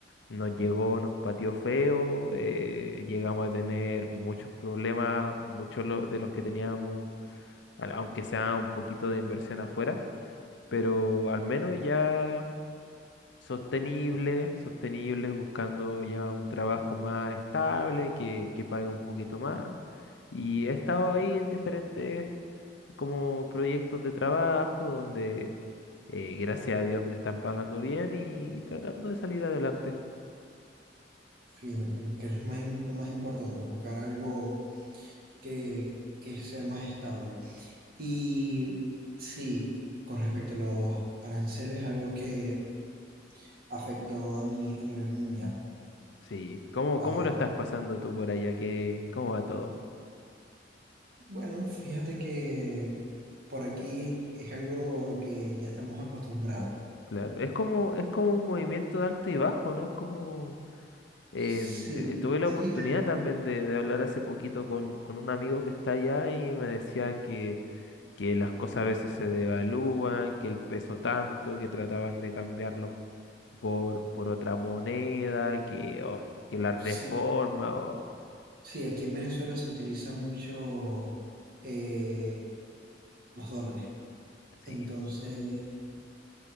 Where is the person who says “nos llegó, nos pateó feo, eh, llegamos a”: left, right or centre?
Left